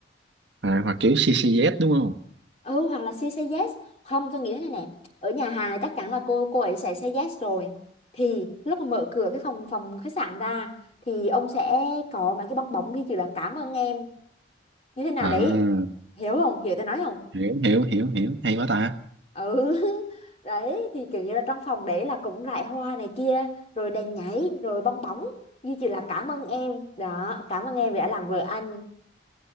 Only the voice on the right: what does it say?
à, hoặc kiểu CCZ đúng không
à
hiểu hiểu hiểu hiểu hay quá ta